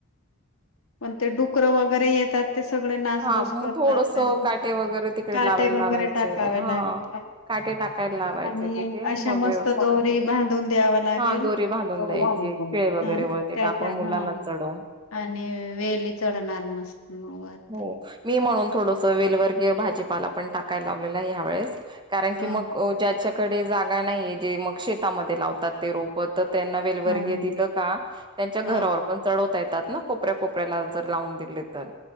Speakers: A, on the left; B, on the right.
A: मग ते डुकरं वगैरे येतात ते सगळे नासदूस
B: हा मग
A: करतात.
B: थोडस
A: त्यात
B: काटे वगैरे तिकडे
A: काटे
B: लावायला
A: वगैरे
B: लावायचे
A: टाकावे
B: हा.
A: लागे
B: काटे टाकायला लावायचे
A: आणि
B: तिथे मग
A: अशा मस्त
B: व्यवस्थित
A: दोरी
B: होईल.
A: बांधून द्यावा लागेल.
B: हा दोरी बांधून द्यायची
A: हा
B: खिळे वगैरे वरती
A: त्याच्या
B: टाकून मुलांना
A: हं
B: चढवून.
A: आणि वेली चढणार मस्त मग वर.
B: हो मी म्हणून थोडसं वेलवर्गीय भाजीपाला पण टाकायला लावलेला आहे ह्यावेेळेस. कारण की
A: हो
B: मग ज्याच्याकडे जागा नाहीये, जे मग शेतामध्ये लावतात ते रोप तर त्यांना वेलवर्गी
A: हो बरोबर.
B: दिलं का त्यांच्या घरावर
A: हो
B: पण चढवतायत. ना कोपऱ्या कोपऱ्याला जर लावून दिले तर.